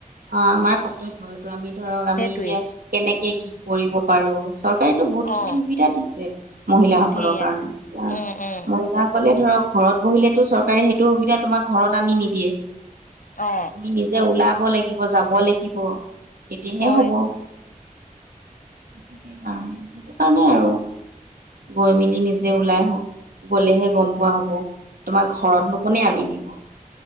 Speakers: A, on the right; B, on the left.
A: অ', আমাৰ কৰ্তব্য এইটো আমি ধৰক আমি
B: সেইটোৱে
A: এতিয়া কেনেকে কি কৰিব পাৰো চব চৰকাৰেটো বহুত খিনি
B: অ
A: সুবিধা দিছে মহিলাাসকলৰ
B: সেইয়াই
A: কাৰণে এতিয়া
B: উম উম
A: মহিলাাসকলে ধৰক ঘৰত বহিলেতো চৰকাৰে সেইটো সুবিধা তোমাক ঘৰত আনি নিদিয়ে।
B: অ
A: তুমি নিজে ওলাব লাগিব যাব লাগিব তেতিয়াহে
B: হয়
A: হব। সেইটোই কাৰণে সেইটো কাৰণেই আৰু। গৈ মেলি নিজে ওলাই আহো গলেহে গম পোৱা হব তোমাক ঘৰত নো কোনে আনি দিব।